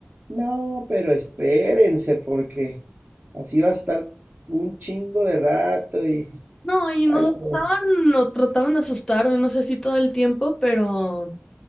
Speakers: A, on the right; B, on the left.
A: no, pero espérense, porque así va a estar un chingo de rato y,
B: No, y
A: ay,
B: nos asustaban
A: no sé,
B: o trataban de asustar, y no sé si todo el tiempo, pero